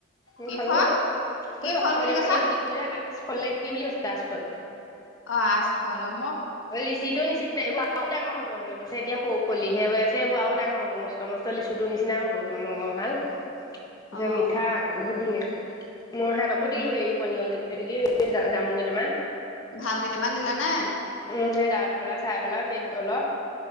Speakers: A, on the left (about 80°); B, on the left (about 20°).
A: কি
B: উ খালো
A: ফল কি
B: অকমমানি
A: ফল বুলি
B: অকমানি
A: কৈছা?
B: গুট আচফল ন কি বুলি কছে আচফল।
A: অ' আজ ফলম
B: অ' লিচিটো নিচিনা এইবোৰ আৰুও ডাঙৰ হ'ব হ হেনেক কৈছে এতিয়া সৌ কলিহে হৈ আছে এইবোৰ আৰু ডাঙৰ হ'ব মস্ত মস্ত লিচুটোৰ নিচিনা হ'ব একদম মঙৰহাল তাৰছত
A: অ',
B: মিঠা বহুত ধুনীয়া মই সহতকো
A: উম।
B: দিলো হেৰি পনিয়ল ক গতিক কি যামো কেইটামান!
A: ভাল কেইটামান দিলা নে?
B: উম সেই তাই পেলা চাই পেলা অলপ